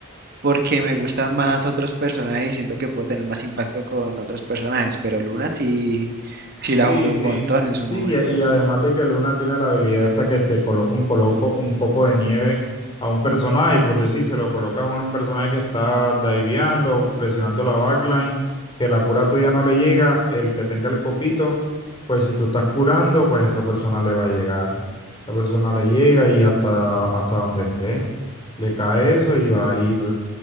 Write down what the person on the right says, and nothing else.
porque me gustan más otros personajes y siento que puedo tener más impacto con otros personajes, pero Luna sí, sí la
jugué un
montón en su
momento.